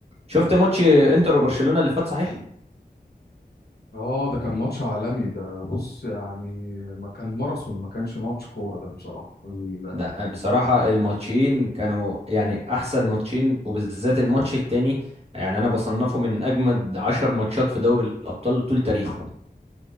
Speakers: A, on the right; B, on the left.
A: شفت ماتش انتر وبرشلونة اللي فات صحيح؟
B: اه ده كان ماتش عالمي ده بص يعني ما كان ماراثون ما كانش ماتش كورة ده بصراحة ال-
A: لا بصراحة الماتشين كانوا يعني أحسن ماتشين وبالذات الماتش التاني يعني أنا بصنفه من أجمد عشر ماتشات في دوري الأبطال طول تاريخه